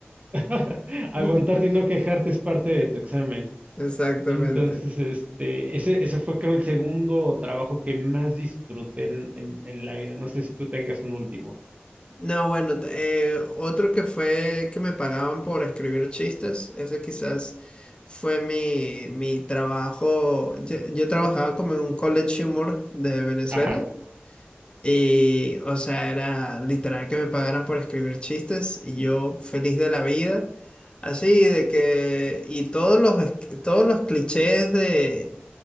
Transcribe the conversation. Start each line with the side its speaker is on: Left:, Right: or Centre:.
Right: <laughs> aguantarte
Left: <laughs>
Right: y no quejarte es parte de tu examen.
Left: Exactamente.
Right: Entonces, este, ese, ese fue creo el segundo trabajo que más disfruté en, en, en la vida. No sé si tú tengas un último.
Left: No, bueno, t- eh, otro que fue que me pagaban por escribir chistes, ese quizás fue mi, mi trabajo. Yo, yo trabajaba como en un college humor de Venezuela
Right: Ajá,
Left: y, o sea, era literal que me pagaran por escribir chistes y yo feliz de la vida, así de que, y todos los, es- todos los clichés de